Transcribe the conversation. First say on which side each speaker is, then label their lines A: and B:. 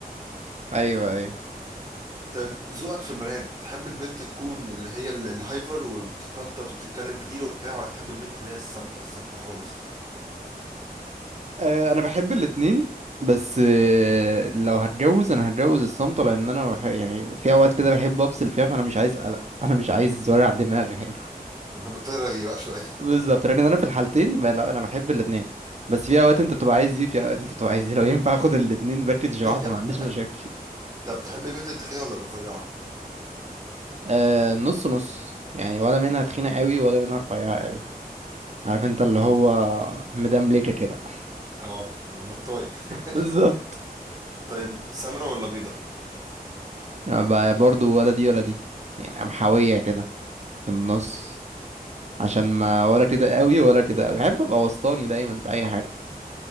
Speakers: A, on the right; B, on the right.
A: ايوه ايوه
B: طب ذوقك في البنات تحب البنت تكون اللي هي ال- الهايبر وبتتنطط وبتتكلم كتير وبتاع ولا تحب البنت اللي هي الصامتة الساكتة خالص
A: أه انا بحب الاتنين بس آه، لو هتجوز انا هتجوز الصمت لان انا بح... يعني في اوقات كده بحب افصل فيها فانا مش عايز قلق انا مش عايز ورع دماغي هنا <laughs>
B: انا بطل رغي بقى شوية
A: بالظبط لان انا في الحالتين ب- لا انا بحب الاتنين بس في اوقات انت بتبقى عايز دي وفي اوقات انت بتبقى عايز دي لو ينفع اخد الاتنين باكج
B: <laughs>
A: واحده ما عنديش مشاكل
B: طب تحب البنت التخينة ولا الرفيعة
A: أه نص نص يعني ولا منها تخينه قوي ولا منها رفيعه قوي عارف انت اللي هو
B: مم.
A: مدملكة كده
B: اه بطاية <laughs>
A: بالظبط
B: طيب سمرة ولا بيضة
A: ب- برضو ولا دي ولا دي يعني محاوية كده في النص عشان ما ولا كده قوي ولا كده قوي بحب ابقى وسطاني دايما في اي حاجة